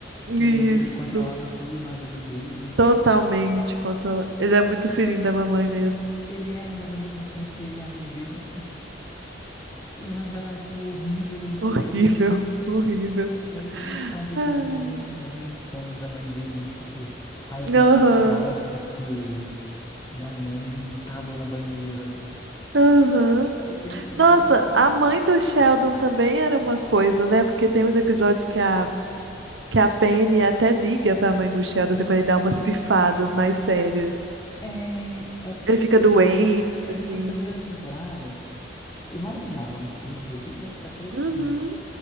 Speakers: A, on the right; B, on the left.
A: Isso.
B: E a mãe dele controlava tudo na vida dele.
A: Totalmente controlado. Ele é muito filhinho da mamãe mesmo.
B: Ele era, mas ao mesmo tempo ele e a mãe dele tinha uma relação horrível entre
A: Horrível,
B: ele.
A: <laughs> horrível.
B: E aí ele sempre fazia
A: Ai.
B: as- umas, umas menções da mãe dele, tipo, ah, eu tenho
A: Aham,
B: que ir pra casa porque minha mãe entalou na banheira.
A: aham.
B: Era sempre umas
A: Nossa,
B: coisas assim.
A: a mãe do Sheldon também era uma coisa, né? Porque tem uns episódios que a, que a Penny até liga pra mãe do Sheldon, assim, quando ele dá umas pifadas mais sérias.
B: É, é porque,
A: Ele fica
B: você
A: doente,
B: sabe, ali
A: assim.
B: nas primeiras temporadas, eu não lembrava, mas como eu revi, né, tá fresquinho.
A: Uhum.